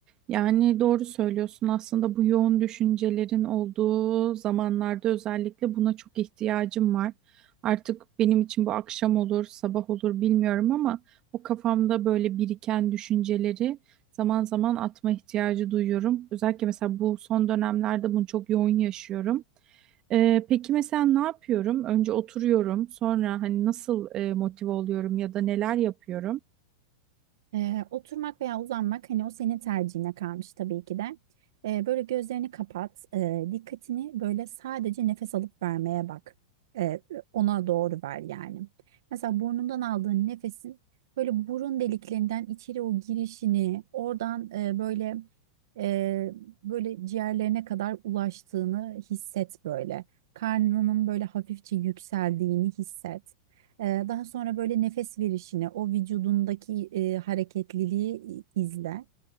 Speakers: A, on the right; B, on the right.
A: Yani doğru söylüyorsun. Aslında bu yoğun düşüncelerin olduğu zamanlarda özellikle buna çok ihtiyacım var. Artık benim için bu akşam olur, sabah olur bilmiyorum ama o kafamda böyle biriken düşünceleri zaman zaman atma ihtiyacı duyuyorum. Özellikle mesela bu son dönemlerde bunu çok yoğun yaşıyorum. Ee, peki mesela ne yapıyorum? Önce oturuyorum, sonra hani nasıl e, motive oluyorum ya da neler yapıyorum?
B: Ee, oturmak veya uzanmak hani o senin tercihine kalmış tabii ki de. Ee, böyle gözlerini kapat, ee, dikkatini böyle sadece nefes alıp vermeye bak. Ee, ona doğru ver yani. Mesela burnundan aldığın nefesin böyle burun deliklerinden içeri o girişini, oradan e, böyle e, böyle ciğerlerine kadar ulaştığını hisset böyle. Karnının böyle hafifçe yükseldiğini hisset. Ee, Daha sonra böyle nefes verişini, o vücudundaki e, hareketliliği izle